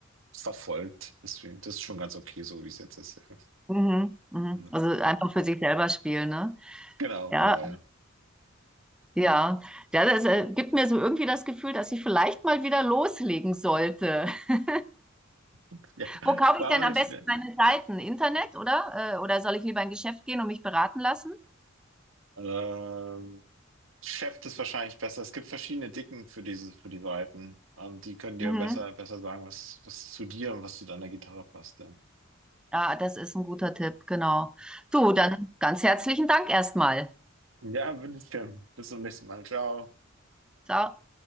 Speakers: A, on the right; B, in the centre.
A: verfolgt. Deswegen, das ist schon ganz okay, so wie es jetzt ist. Ja.
B: Mhm, mhm.
A: Ja.
B: Also einfach für sich selber spielen, ne?
A: Genau,
B: Ja,
A: genau, ja.
B: ja. Ja, Das äh, gibt mir so irgendwie das Gefühl, dass ich vielleicht mal wieder loslegen sollte. <laughs>
A: <laughs> Ja,
B: Wo kaufe
A: warum
B: ich denn
A: nicht?
B: am besten
A: Ne?
B: meine Seiten? Internet, oder? Äh, oder soll ich lieber in ein Geschäft gehen und mich beraten lassen?
A: Ähm, Chef ist wahrscheinlich besser. Es gibt verschiedene Dicken für diese, für die Seiten. Ähm, die können dir
B: Mhm.
A: besser, besser sagen, was, was zu dir und was zu deiner Gitarre passt. Ja,
B: Ja, das ist ein guter Tipp, genau. Du, dann ganz herzlichen Dank erstmal.
A: ja wünsche ich dir. Bis zum nächsten Mal. Ciao.
B: Ciao.